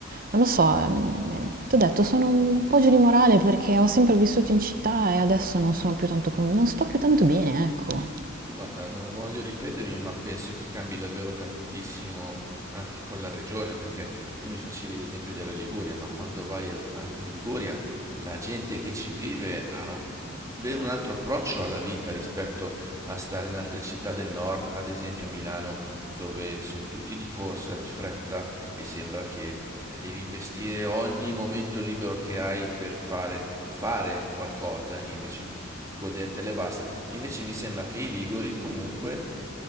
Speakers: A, on the right; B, on the right.
A: non lo so, ehm, ehm, ti ho detto, sono un po' giù di morale perché ho sempre vissuto in città e adesso non sono più tanto, con- non sto più tanto bene, ecco.
B: Guarda, non voglio ripetermi, ma penso che cambi davvero tantissimo anche con la regione, perché tu mi facevi l'esempio della Liguria, ma quando vai a- a- in Liguria la gente che ci vive ha un- ben un altro approccio alla vita rispetto a stare in altre città del nord, ad esempio Milano, dove sono tutti di corsa, di fretta e sembra che eh, devi investire ogni momento libero che hai per fare, fare qualcosa invece di godertele e basta. Invece mi sembra che i liguri comunque